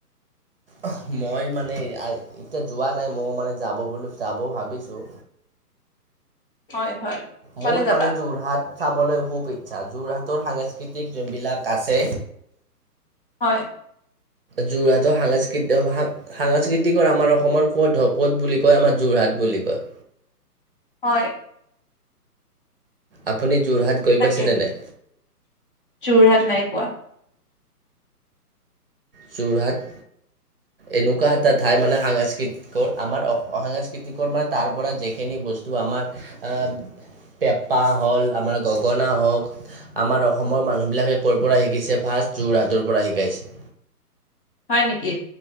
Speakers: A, on the right; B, on the left.
A: অহ। মই মানে আ এতিয়া যোৱা নাই ম মানে যাব বুলি যাব ভাবিছোঁ।
B: হয় হয়।
A: মোৰ
B: কলে যাবা
A: মানে যোৰহাট চাবলৈ খুব ইচ্ছা যোৰহাটৰ সাংস্কৃতিক যোনবিলাক আছে
B: হয়।
A: যোৰহাটৰ সাংস্কৃতি-সাংস্কৃতিকৰ আমাৰ অসমৰ ক'ত হ ক'ত বুলি কয় আমাৰ যোৰহাট। বুলি কয়।
B: হয়।
A: আপুনি যোৰহাট গৈ
B: তাকে,
A: পাইছেনে নাই
B: যোৰহাট নাই পোৱা।
A: যোৰহাট এনেকুৱা এটা ঠাই মানে সাংস্কৃতিকৰ আমাৰ অ', সাংস্কৃতিকৰ মানে তাৰ পৰা যিখিনি বস্তু আমাৰ, আ পেঁপা হ'ল আমাৰ গগনা হওক আমাৰ অসমৰ মানুহবিলাকে ক'ৰ পৰা শিকিছে ভা যোৰহাটৰ পৰা শিকাইছে।
B: হয় নেকি?